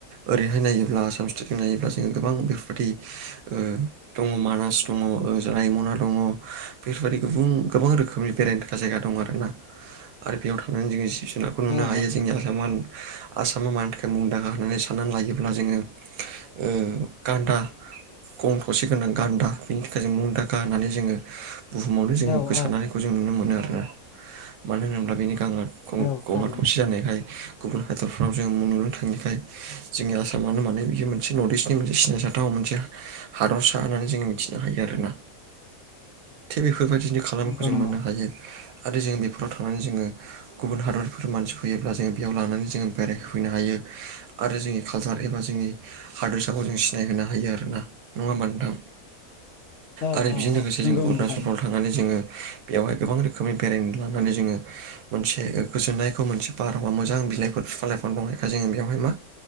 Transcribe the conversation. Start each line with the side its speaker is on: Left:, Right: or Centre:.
Right: ओरैहाय नायोब्ला आसाम सिटेटजों नायोब्ला जोङो गोबां बेफोरबायदि ओ दङ मानास दङ रायमना दङ बेफोरबायदि गुबुन गोबां रोखोमनि बेरायनो जा-जायगा दं आरोना आरो बेयाव थांनानै जोङो जिब जुनारखौ नुनो
Left: औ
Right: हायो जोंनि आ सामा आसामा मानि थाखाय मुंदांखा होननानै साननानै लायोब्ला जोङो ओ गान्दा गं थसे गोनां गान्दा बेनि थाखाय जों मुंदांखा होननानै जोङो बुहुमावनो जोङो
Left: औ
Right: गोसारनायखौ
Left: औ
Right: जों नुनो मोनो आरोना मानो होनोब्ला बेनि गाङा गं
Left: औ
Right: गङा
Left: थारैनो
Right: थसे जानायखाय गुबुन हादरफ्राव जों नुनो थाङिखाय जोंनि आसामानो माने बियो मोनसे नर्थ इस्टनि मोनसे सिनायजाथाव मोनसे हादरसा होननानै जों मिथिनो हायो आरोना। थिग बेफोरबायदिनो खालामनायखौ
Left: नंगौ
Right: जों
Left: नंगौ
Right: मोननो हायो आरो जों बेफोराव थांनानै जोङो गुबुन हादरफोरनि मानसि फैयोब्ला जोङो बेयाव लांनानै जोङो बेरायफैनो हायो आरो जोंनि कालसार एबा जोंनि हादोरसाखौ जों सिनायहोनो हायो आरोना नङा होमबा नोंथां?
Left: औ
Right: आरो
Left: औ
Right: बेजों लोगोसे
Left: औ नंगौ
Right: जों अरुणाचलफ्राव
Left: नंगौ थारैनो
Right: थां नानै जोङो बेवहाय गोबां रोखोमनि बेरायनो लानानै जोङो मोनसे गोजोननायखौ मोनसे बारहावा मोजां बिलाइफोर फिजां लाइफां दंनायखाय जोङो बेवहाय मा